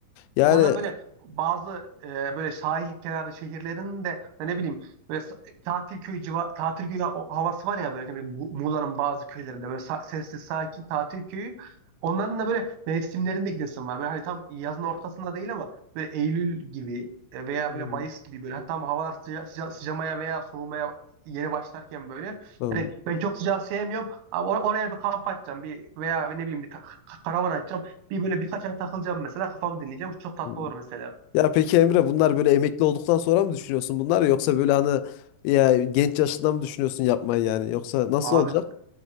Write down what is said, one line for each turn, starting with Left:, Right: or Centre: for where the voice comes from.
Left: Yani
Right: Sonra böyle bazı e, böyle sahil kenarı şehirlerin de ya ne bileyim böyle sa- tatil köyü civa tatil köyü o- havası var ya böyle ne bileyim Mu- Muğla'nın bazı köylerinde böyle sa- sessiz sakin tatil köyü. Onların da böyle mevsimlerinde gidesim var. Böyle hani tam yazın ortasında değil ama böyle Eylül gibi e, veya
Left: hmm,
Right: böyle Mayıs gibi böyle hani tam havalar sıca sıca- sıcamaya veya soğumaya yeni başlarken böyle
Left: hmm,
Right: hani ben çok sıcağı sevmiyorum ama or- oraya bir kamp atacağım bir veya ne bileyim bir ta- karavan atacağım. Bir böyle birkaç ay takılacağım mesela kafamı dinleyeceğim. Çok tatlı
Left: hmm.
Right: olur mesela.
Left: ya peki Emre bunlar böyle emekli olduktan sonra mı düşünüyorsun bunlar yoksa böyle hani ya genç yaşında mı düşünüyorsun yapmayı yani yoksa nasıl
Right: Abi
Left: olacak?